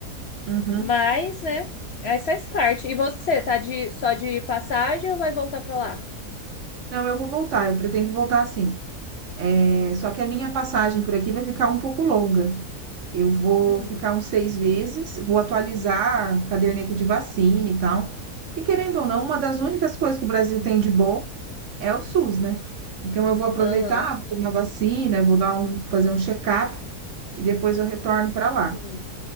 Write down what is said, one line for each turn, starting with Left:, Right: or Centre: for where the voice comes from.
Right: Uhum.
Left: Mas, né, Essa faz parte. E você, tá de, só de passagem ou vai voltar pra lá?
Right: Não, eu vou voltar, eu pretendo voltar sim. É, só que a minha passagem por aqui vai ficar um pouco longa. Eu vou
Left: Hum,
Right: ficar uns seis meses, vou atualizar a caderneta de vacina e tal. Porque, querendo ou não, uma das únicas coisas que o Brasil tem de bom é o SUS, né? Então, eu vou aproveitar,
Left: aham,
Right: vou tomar vacina, vou dar um, fazer um check-up e depois eu retorno para lá.
Left: sim.